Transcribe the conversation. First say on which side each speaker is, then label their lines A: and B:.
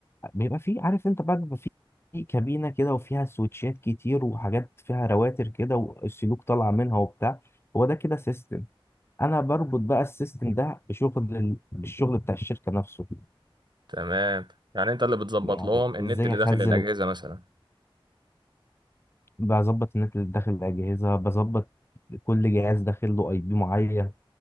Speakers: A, on the left; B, on the right.
A: بيبقى فيه عارف انت بقى بيبقى فيه في كابينه كده وفيها سويتشات كتير وحاجات فيها رواتر كده والسلوك طالعه منها وبتاع هو ده كده سيستم انا بربط بقى السيستم ده بشغل ال- الشغل بتاع الشركه نفسه
B: تمام يعني انت اللي بتظبط
A: يعني
B: لهم النت
A: ازاي
B: اللي
A: اخزن
B: داخل الاجهزه مثلا
A: بظبط النت اللي داخل الأجهزة بظبط كل جهاز داخل له اي بي معين